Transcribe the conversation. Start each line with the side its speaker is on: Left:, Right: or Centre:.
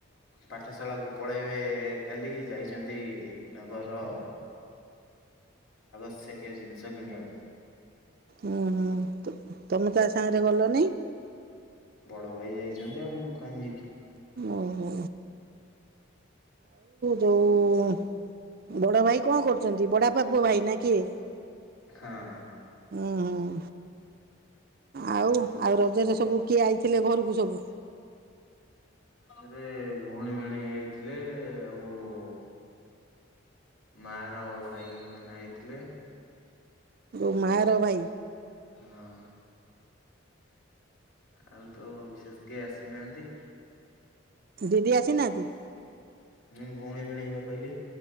Left: ପାଠଶାଳା କୁ ପଳେଇବେ କାଲି। ଯାଇଛନ୍ତି ତାଙ୍କ ର ଆବଶ୍ୟକୀୟ ଜିନିଷ କିଣିଆକୁ।
Right: ଉୁଁ, ହୁଁ, ତମେ ତା ସାଙ୍ଗରେ ଗଲନେଇ।
Left: ବଡ ଭାଇ ଯାଇଚନ୍ତି। ଆଉ ମୁଁ କାଇଁ ଯିବି?
Right: ଓହୋ ଯୋଉ-ଉ ବଡ ଭାଇ କଣ କରୁଛନ୍ତି? ବଡ ଆ ପା ପୁଅ ଭାଇ ନ କିିଏ?
Left: ହଁ।
Right: ଉଁ ହୁଁ, ଆଉ ଆଉ ରଜରେ ସବୁ କିଏ ଆଇଥିଲେ ଘରକୁ ସବୁ?
Left: <inaudible> ରେ ଭଉଣୀ ଭେଣେଇ ଆଇଥିଲେ। ଆଉ-ଉ ମା ର ଭାଇ ମାନେ ଆଇଥିଲେ।
Right: ଓ ମାଁ ର ଭାଇ।
Left: ହଁ। ଆଉ ତ ବିଶେଷ କେଇ ଆସିନାହାଁନ୍ତି।
Right: ଦିଦି ଆସି ନାଁ ତି?
Left: ହୁଁ, ଭଉଣୀ ଭିଣେଇ ବା କହିଲି।